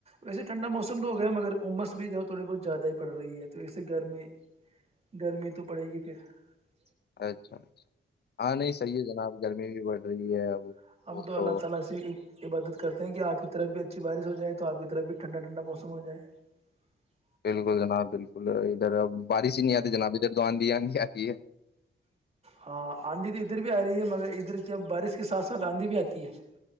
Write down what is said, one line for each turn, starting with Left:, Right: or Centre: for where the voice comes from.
Right: ویسے ٹھنڈا موسم تو ہو گیا مگر عمس بھی ج تھوڑی بہت زیادہ ہی پڑ رہی ہے تو وسے گرمی گرمی تو پڑے گی کہ <unintelligible>
Left: اچھا اچھا ہاں نہیں صحیح ہے جناب گرمی بھی بڑھ <unintelligible> رہی ہے <unintelligible>
Right: <unintelligible> اچھی
Left: تو
Right: بارش ہو جائے تو آپ کی طرف بھی ٹھنڈا ٹھنڈا موس ہو جائے <unintelligible>
Left: بالکل جناب بالکل <unintelligible> ا بارش ہی نہیں آتی جناب ادھر تو آ <unintelligible> بریانی کیا چ ہے <unintelligible>
Right: ہاں آندھی تو ادھر بھی آ رہی ہے مگر ادھر کیا بارش کے ساتھ ساتھ آندھی بھی آتی ہے <unintelligible>